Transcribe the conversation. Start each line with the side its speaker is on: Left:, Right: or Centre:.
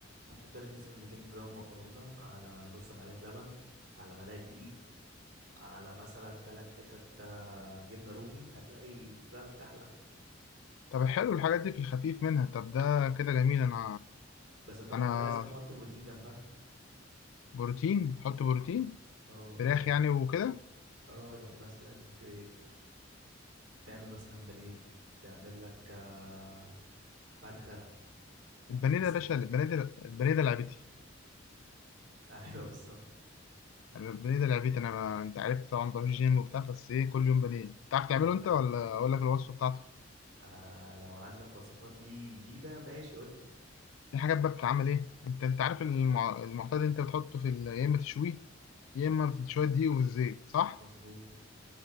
Right: هتحط لك مثلا 200 جرام مكرونة على نص معلقة لبن على ملعقة دقيق على مثلا ثلاث حتت آه، جبنة رومي هتلاقي يطلع لك احلى اكل
Left: طب حلو الحاجات دي في الخفيف منها طب ده كده جميل انا
Right: بس طبعا
Left: انا
Right: بقى لازم تحط بروتين جنبها
Left: بروتين حط بروتين
Right: اه
Left: فراخ
Right: يعني
Left: يعني
Right: مثلا
Left: وكده
Right: اه يعني مثلا ت... تعمل مثلا بانيه تعمل لك آه، فرخة
Left: البانيه
Right: بس
Left: ده يا باشا
Right: <laughs>
Left: البانيه ده البانيه ده لعبتي
Right: ايوه بالظبط
Left: يعني البانيه ده لعبتي انا ما... انت عارف طبعا بروح جيم وبتاع بس ايه كل يوم بانيه تعرف تعمله
Right: ايوه
Left: انت
Right: أيوه.
Left: ولا اقول لك الوصفه بتاعته
Right: آه لو عندك وصفات لي جديدة ماشي قولي
Left: في حاجات بقى بتتعمل ايه انت انت عارف المع... المعتاد انت بتحطه في ال... يا اما تشويه يا اما في شويه دقيق والزيت صح
Right: مظبوط